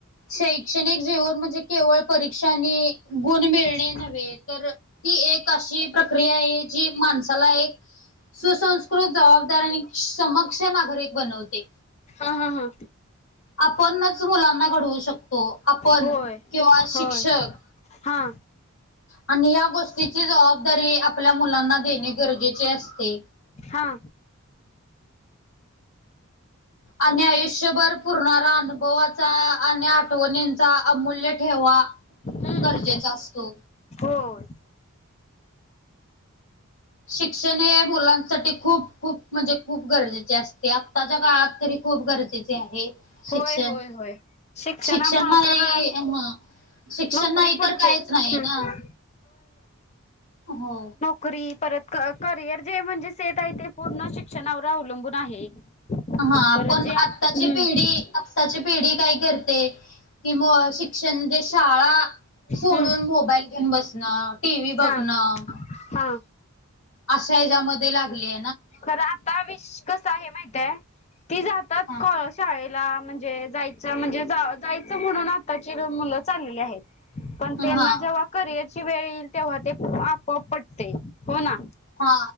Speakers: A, on the left; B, on the left.
A: शैक्षणिक जीवन म्हणजे केवळ परीक्षा आणि गुण मिळणे नव्हे तर ती एक अशी प्रक्रिया आहे जी माणसाला एक सुसंस्कृत जबाबदार आणि समक्ष नागरिक बनवते.
B: हा हा हा.
A: आपणच मुलांना घडवू शकतो हो, आपण
B: होय
A: किंवा शिक्षक
B: होय हा
A: आणि ह्या गोष्टीची जबाबदारी आपल्या मुलांना देणे गरजेचे असते.
B: हा.
A: आणि आयुष्यभर पूर्ण अनुभवाचा आणि आठवणींचा अमूल्य ठेवा
B: हम्म
A: गरजेचा असतो.
B: होय.
A: शिक्षण हे मुलांसाठी खूप खूप म्हणजे खूप गरजेचे असते आत्ताच्या काळात तरी खूप गरजेचे आहे शिक्षण,
B: होय होय होय शिक्षणामुळे
A: शिक्षण नाही
B: तर
A: हा शिक्षण
B: नोकरी
A: नाही
B: पुढचे
A: तर काहीच नाही
B: हम्म
A: ना, हा.
B: करी परत क करियर जे म्हणजेे सेट आहे ते पूर्ण शिक्षणावर अवलंबून आहे.
A: हा
B: परत
A: पण
B: जे आ
A: आत्ताची
B: हम्म
A: पिढी आत्ताची पिढी काय करते ती म शि क्षण म्हणजे शाळा सोडून
B: हम्म
A: मोबाईल घेऊन बसणं. टीव्ही बघणं
B: हा हा.
A: अशा ह्याच्यामध्ये लागले
B: खर आता विश कस आहे माहितय ती जातात
A: हां.
B: कळ शाळेला म्हणजे जायचं म्हणजे जायचं म्हणून आताचे मुलं चाललेली आहेत. पण
A: हां.
B: त्यांना जेव्हा करिअर ची वेळ येईल तेव्हा ते आपोआप पटते हो ना.
A: हा